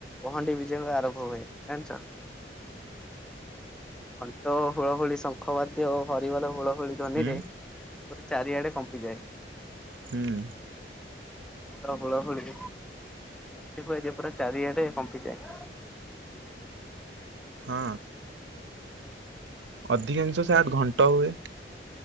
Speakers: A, in the centre; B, on the right.
A: ପହଣ୍ଡି ବିଜୟଙ୍କ ଆରଭ ହଏ ଜାଣ୍ଚ? ଘଣ୍ଟ ଓ ହୁଳ ହୁଳି ସ ଙ୍ଖବାଦ୍ୟ ଓ ହରିବୋଲ ହୁଳ ହୋଳି ଧ୍ୱନିରେ
B: ହୁଁ
A: ପୁରା ଚାରିଆଡେ କମ୍ପିଯାଏ।
B: ହୁଁ।
A: ତାର ହୁଳହୁଳି ଏତିକ ଏରିଆ ପୁରା ଚାରିଆଡେ କମ୍ପିଯାଏ।
B: ହଁ ଅଧିକାଂଶ ସାଦ୍ ଘଣ୍ଟ ହୁଏ।